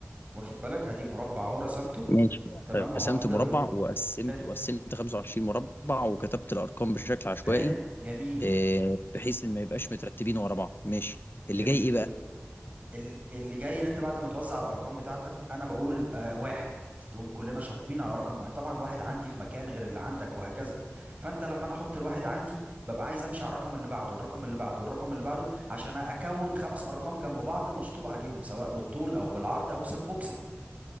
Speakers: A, on the right; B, on the left.
A: واخد بالك ادي مربع اهو رسمته
B: ماشي
A: تمام
B: رسمت
A: وحطيت
B: مربع
A: الحروف
B: وقسمت
A: حلو
B: وقسمت 25 مربع وكتبت الارقام بشكل عشوائي
A: حلو جميل
B: آه، بحيث ان ما يبقاش مترتبين ورا بعض ماشي
A: جميل
B: اللي جاي ايه
A: جدا
B: بقى
A: ال- اللي جاي ان انت بعد ما توزع الارقام بتاعتك انا بقول آه واحد تقوم كلنا شاطبين على رقم واحد طبعا الواحد عندي في مكان غير اللي عندك وهكذا فانت لما انا احط الواحد عندي ببقى عايز امشي على الرقم اللي بعده والرقم اللي بعده والرقم اللي بعده عشان اكون خمس ارقام جنب بعض مشطوب عليهم سواء بالطول او بالعرض او سمبوكسة